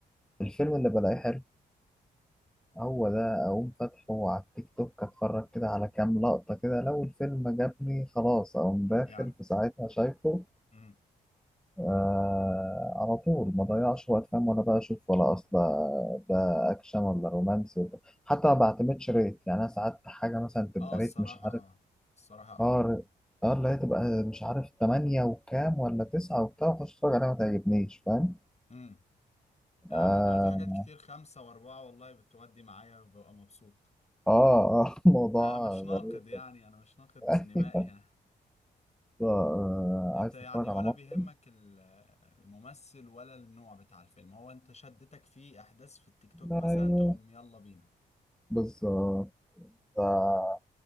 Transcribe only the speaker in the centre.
الفيلم اللي بلاقيه حلو هو ده أقوم فاتحه على التيك توك أتفرج كده على كام لقطة كده لو الفيلم جابني خلاص أقوم داخل
في ساعتها شايفه
آه على طول ما ضيعش وقت فاهم ولا بقى اشوف ولا اصل ده اكشن ولا رومانسي ولا حتى ما بعتمدش ريت يعني انا ساعات حاجه مثلا تبقى
ريت مش عارف
اه
ر- اه اللي هي تبقى مش عارف تمانية وكام ولا تسعة وبتاع واخش اتفرج عليها ما تعجبنيش فاهم
اه
اه, آه <laughs> موضوع
غريب
ايوه
آه
عايز
تتفرج
على مصري
ايوه
بالظبط آه،